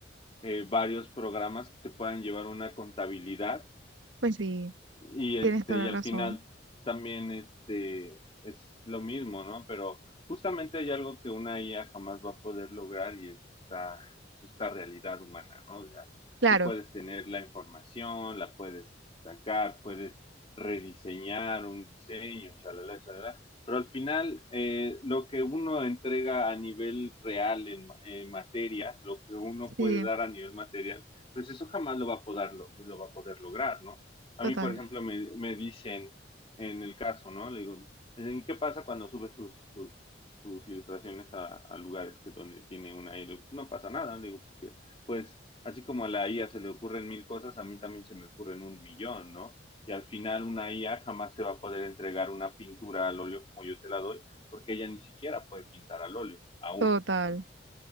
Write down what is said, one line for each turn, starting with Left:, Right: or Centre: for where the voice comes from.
Left: eh, varios programas que te puedan llevar una contabilidad
Right: pues sí.
Left: y este,
Right: Tienes toda
Left: y
Right: la
Left: al
Right: razón.
Left: final también este es lo mismo, ¿no? Pero justamente hay algo que una IA jamás va a poder lograr y es esta, es esta realidad humana, ¿no? O sea,
Right: Claro,
Left: sí puedes tener la información, la puedes sacar, puedes rediseñar un diseño, shalala, shalala, pero al final eh, lo que uno entrega a nivel real en, en materia, lo que uno
Right: sí,
Left: puede dar a nivel material, pues eso jamás lo va a poder, lo lo va a poder lograr, ¿no? a
Right: total,
Left: mí, por ejemplo, me, me dicen en el caso, ¿no? Le digo, "¿Y ¿qué pasa cuando subes tus, tus, tus ilustraciones a, a lugares que donde tiene una I? A? Le digo, no pasa nada, le digo, porque, pues así como a la IA se le ocurren mil cosas, a mí también se me ocurren un millón, ¿no? Y al final una IA jamás te va a poder entregar una pintura al óleo como yo te la doy, porque ella ni siquiera puede pintar al óleo, aún.
Right: total.